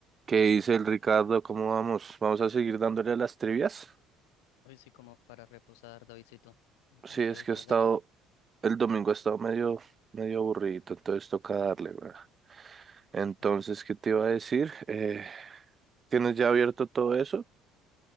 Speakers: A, on the right; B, on the left.
A: ¿Qué dice el Ricardo? ¿Cómo vamos? ¿Vamos a seguir dándole a las trivias?
B: Hoy sí como para reposar, Davidcito. Entonces,
A: Sí, es que he
B: hágale.
A: estado, el domingo he estado medio, medio aburrido, entonces toca darle, ¿verdad? Entonces,
B: hágale, pa.
A: ¿qué te iba a decir? Eh, ¿tienes ya abierto todo eso?